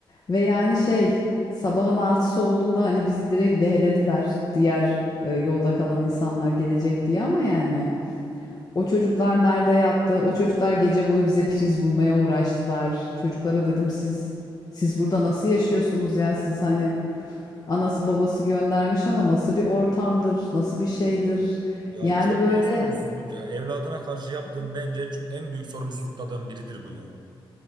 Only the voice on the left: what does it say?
Ve yani şey sabahın altısı olduğunda hani bizi direkt dehlediler diğer e, yolda kalan insanlar gelecek diye ama yani. O çocuklar nerede yattı? O çocuklar gece boyu bize priz bulmaya uğraştılar. Çocuklara dedim siz siz burada nasıl yaşıyorsunuz ya? Siz hani anası babası göndermiş ama nasıl bir ortamdır? Nasıl bir şeydir?
Yani
böyle
evet,